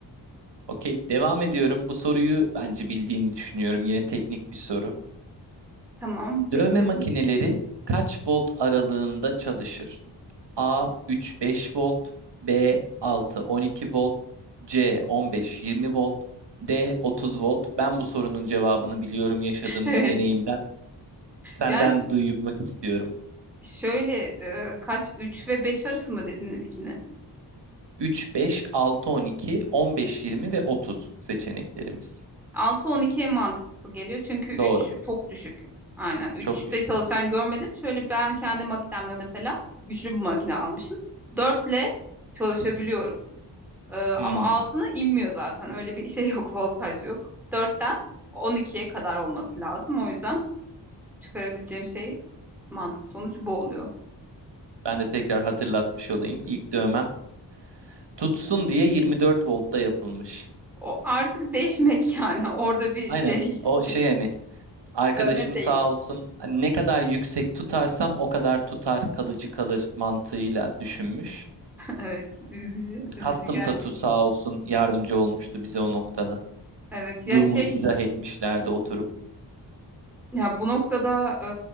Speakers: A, on the right (about 70°); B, in the centre.
A: Okey, devam ediyorum. Bu soruyu bence bildiğini düşünüyorum. Yine teknik bir soru.
B: Tamam,
A: Dövme
B: bekliyorum.
A: makineleri kaç volt aralığında çalışır? A 3-5 volt, B 6-12 volt, C 15-20 volt, D 30 volt. Ben bu sorunun cevabını biliyorum yaşadığım
B: <laughs> Evet.
A: bir deneyimden. Senden
B: Yani
A: duymak istiyorum.
B: şöyle e, kaç 3 ve 5 arası mı dedin ilkini?
A: 3, 5, 6, 12, 15, 20 ve 30 seçeneklerimiz.
B: 6-12 en mantıklısı geliyor çünkü 3
A: Doğru.
B: çok düşük. Aynen 3'te
A: Çok düşük.
B: çalışan
A: Evet.
B: görmedim. Şöyle ben kendi makinemde mesela güçlü bir makine almışım. 4'le çalışabiliyorum. Ee, ama
A: Hmm.
B: altına inmiyor zaten. Öyle bir şey yok, <laughs> voltaj yok. 4'ten 12'ye kadar olması lazım. O yüzden çıkarabileceğim şey mantıklı sonuç bu oluyor.
A: Ben de tekrar hatırlatmış olayım. İlk dövmem tutsun diye 24 voltta yapılmış.
B: O artık değişmek yani <laughs> orada bir
A: Aynen.
B: şey <laughs>
A: O şey hani arkadaşım
B: dövme değil.
A: sağ
B: <laughs>
A: olsun hani ne kadar yüksek tutarsam o kadar tutar kalıcı kalır mantığıyla düşünmüş.
B: Evet üzücü üzücü
A: Custom
B: gerçek.
A: Tattoo sağ olsun yardımcı olmuştu bize o noktada.
B: Evet ya
A: Durumu
B: şey
A: izah etmişlerdi oturup.
B: Ya bu noktada e,